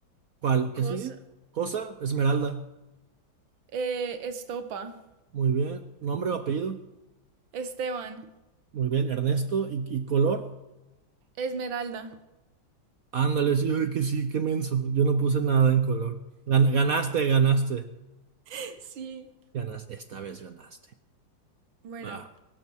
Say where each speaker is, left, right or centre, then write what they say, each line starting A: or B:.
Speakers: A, on the right (about 60°); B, on the right (about 80°).
A: ¿cuál? ¿Qué
B: Cosa.
A: sigue? Cosa, Esmeralda.
B: Eh, estopa.
A: Muy bien. Nombre o apellido.
B: Esteban.
A: Muy bien. Ernesto. ¿Y, y color?
B: Esmeralda.
A: Ándale, sí, ay, que sí, qué menso. Yo no puse nada en color. Gan- Ganaste, ganaste.
B: <laughs> Sí.
A: Ganas, esta vez ganaste.
B: Bueno.
A: Va,